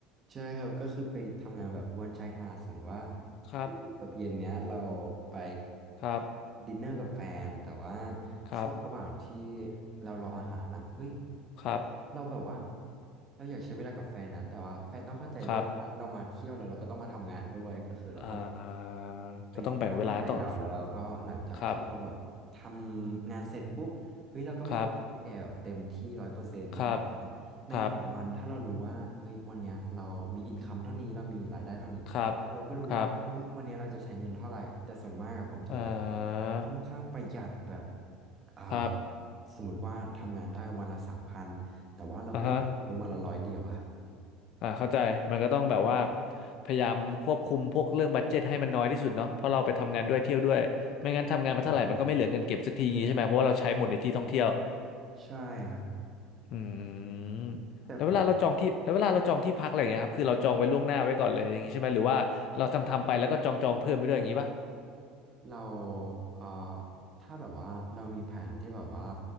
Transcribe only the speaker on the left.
ครับ
ครับ
ครับ
ครับ
ครับอ่า
ก็ต้องแบ่งเวลาต้องครับครับครับ
ครับครับครับเอ่อ
ครับ
อ่าฮะ อ่าเข้าใจมันก็ต้องแบบว่าพยายามควบคุมพวกเรื่องบัดเจ็ตให้มันน้อยที่สุดเนาะเพราะเราไปทำงานด้วยเที่ยวด้วยไม่งั้นทำงานมาเท่าไหร่มันก็ไม่เหลือเงินเก็บสักทีอย่างงี้ใช่ไหมเพราะว่าเราใช้หมดในที่ท่องเที่ยว
อืม
แล้วเวลาเราจองที่แล้วเวลาเราจองที่พักอะไรอย่างเงี้ยครับคือเราจองไว้ล่วงหน้าไว้ก่อนเลยอย่างงี้ใช่ไหมหรือว่าเราทำทำไปแล้วก็จองจองเพิ่มไปด้วยอย่างงี้ป่ะ